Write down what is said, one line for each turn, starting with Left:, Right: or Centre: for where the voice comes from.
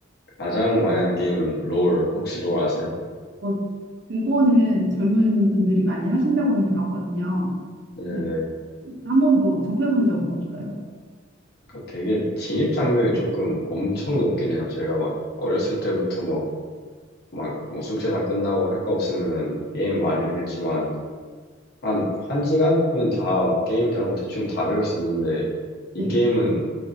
Left: 가장 많이 하는 게임은 롤. 혹시 롤 아세요?
Right: 뭐 그거는 젊은 분들이 많이 하신다고는 들었거든요.
Left: 네네.
Right: 근데 한 번도 접해본 적은 없어요.
Left: 그 되게 진입 장벽이 조금 엄청 높긴 해요. 제가 막 어렸을 때부터 뭐, 막, 뭐 숙제 다 끝나고 할 거 없으면은 게임 많이 하겠지만, 한, 한 시간은 다, 게임 대한 거 대충 다 배울 수 있는데,
Right: 네,
Left: 이 게임은